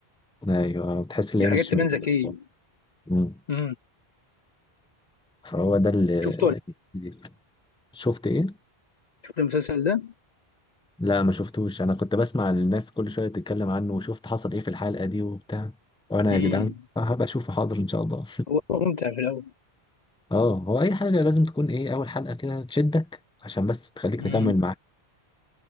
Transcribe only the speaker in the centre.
ايوه بتحس ان هي
مش
موجوده
في الواقع مم.
فهو ده اللي
بيفرق. شفت ايه
لا ما شفتوش انا كنت بسمع الناس كل شويه تتكلم عنه وشفت حصل ايه في الحلقه دي وبتاع وانا
يا جدعان آه، هبقى اشوفه حاضر ان شاء الله
<laughs> اه هو اي حاجه لازم تكون ايه اول حلقه كده تشدك عشان بس تخليك تكمل
معاها